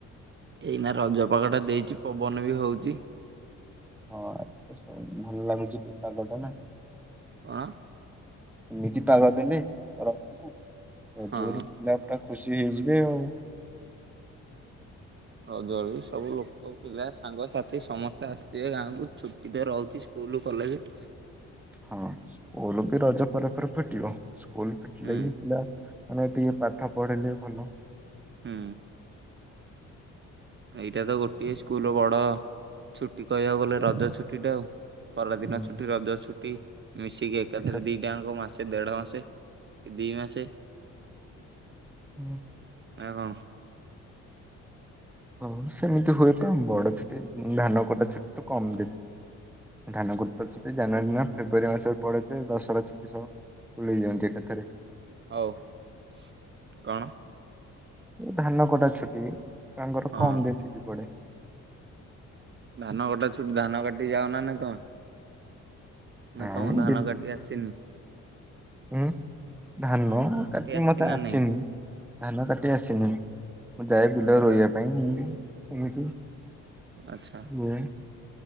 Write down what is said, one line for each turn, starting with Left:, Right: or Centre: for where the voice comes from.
Right: ଏଇନା ରଜ ପାଗ ଟା ଦେଇଛି ପବନ ବି ହଉଛି।
Centre: ହଁ, ସୁ ଭଲ ଲାଗୁଛି ଟିକେ ପାଗଟା ନା।
Right: କଣ?
Centre: ଏମିତି ପାଗ ଦେଲେ ରଜକୁ <unintelligible>
Right: ହଁ।
Centre: <unintelligible> ଖୁସି ହେଇଯିବେ ଆଉ।
Right: ରଜ ବଳୁ ସବୁ ଲୋକ ପିଲା ସାଙ୍ଗସାଥି ସମସ୍ତେ ଆସିଥିବେ ଗାଁକୁ, ଛୁ <unintelligible> ରହୁଛି ସ୍କୁଲ କଲେଜ।
Centre: ହଁ, ସ୍କୁଲ ବି ରଜ ପରେ ପରେ ଫୁଟିବ। ସ୍କୁଲ ଫିଟିଲେ
Right: ହୁଁ
Centre: ବି ପିଲା ମାନେ ଟିକେ ପାଠ ପଢିଲେ ଭଲ।
Right: ହୁଁ। ଏଇଟା ତ ଗୋଟିଏ ସ୍କୁଲ ବଡ ଛୁଟି କହିବାକୁ ଗଲେ ରଜ ଛୁଟି ଟା ଆଉ। ଖରାଦିନ
Centre: ହୁଁ।
Right: ଛୁଟି, ରଜ ଛୁଟି ମିଶିକି ଏକାଥରେ
Centre: ଏକା
Right: ଦି <unintelligible> ମାସେ ଦେଢ ମାସେ କି ଦି ମାସେ।
Centre: ହୁଁ।
Right: ନା କଣ?
Centre: ହଁ, ସେମିତି ହୁଏତ ବଡ ଛୁଟି, ଧାନ କଟା ଛୁଟି ତ କମ୍ ଦିନ। ଧାନ କଟା ତ ଛୁଟି ଜାନୁଆରୀ ନା ଫେବୃୟାରୀ ମାସରେ ପଡେଯେ ଦଶରା ଛୁଟି ସବୁ <unintelligible> ଏକାଥରେ।
Right: ହଉ <inaudible> କଣ?
Centre: ଧାନ କଟା ଛୁଟି ତାଙ୍କର
Right: ହଁ
Centre: କମ୍ ଦିନି ଛୁଟି ପଡେ।
Right: ଧାନ କଟା ଛୁଟି ଧାନ କାଟି ଯାଉ ନା ନାଇଁ ତମେ?
Centre: ନାଇଁ
Right: ନା ତମକୁ ଧାନ କାଟି ଆସିନି।
Centre: ହୁଁ, ଧାନ କାଟି
Right: ଆସିଛି
Centre: ମତେ
Right: ନା
Centre: ଆସିନି
Right: ନାଇଁ?
Centre: ଧାନ କାଟି ଆସିନି। ଯାଏ ବିଲ
Right: ଆଉ
Centre: ରୋଇବା ପାଇଁ <unintelligible> ସେମିତି।
Right: ଆଚ୍ଛା।
Centre: ହୁଁ।